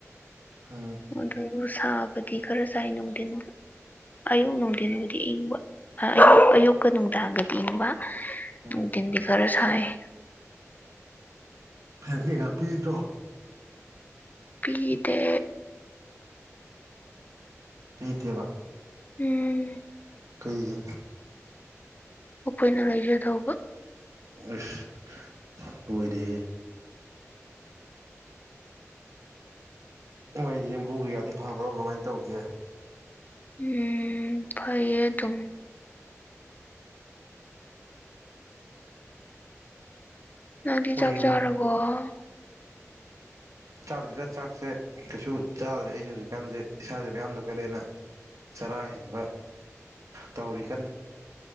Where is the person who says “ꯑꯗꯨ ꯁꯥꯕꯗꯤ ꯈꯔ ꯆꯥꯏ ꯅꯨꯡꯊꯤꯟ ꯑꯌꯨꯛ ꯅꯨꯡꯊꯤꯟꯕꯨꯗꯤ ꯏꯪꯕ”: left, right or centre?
Left